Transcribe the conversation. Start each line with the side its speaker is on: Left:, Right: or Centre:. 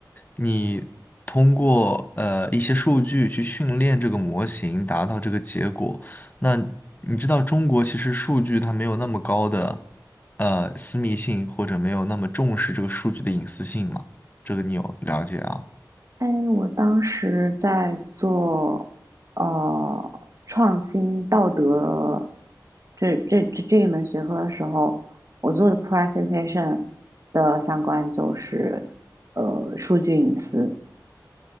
Left: 你通过呃一些数据去训练这个模型，达到这个结果。那你知道中国其实数据它没有那么高的呃私密性，或者没有那么重视这个数据的隐私性嘛？这个你有了解啊？
Right: 哎，我当时在做呃创新道德这这这这一门学科的时候，我做的 presentation 的相关就是呃数据隐私。